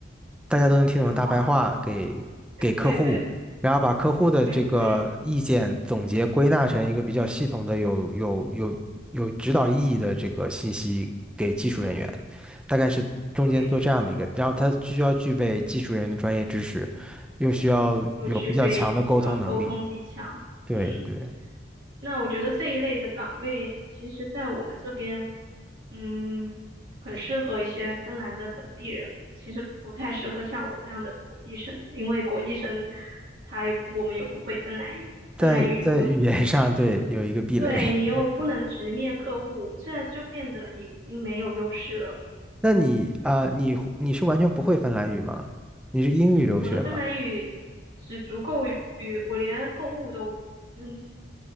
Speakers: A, in the centre; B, on the right.
A: 大家都能听懂的大白话给给客户，
B: 真话，对对，
A: 然后把客户的这个意见总结归纳成一个比较系统的有有有有指导意义的这个信息给技术人员，
B: 大概是这个意思。
A: 大概是中间做这样的一个，
B: 对。
A: 然后他需要具备技术人员的专业知识，又需要有比较强的沟通能力。
B: 又具备呃沟通技巧，
A: 对对。
B: 嗯，那我觉得这一类的岗位，其实在我们这边，嗯，很适合一些芬兰的本地人，其实不太适合像我这样的国际生，因为国际生他也我们又不会芬兰语，芬兰语如果
A: 在在语言上，对，有一个壁垒。
B: 对你又不能直面客户，
A: <laughs>
B: 这就变得你已经没有优势了。
A: 那你啊、你你是完全不会芬兰语吗？你是英语留学吗？
B: 我的芬兰语只足够于我连购物都嗯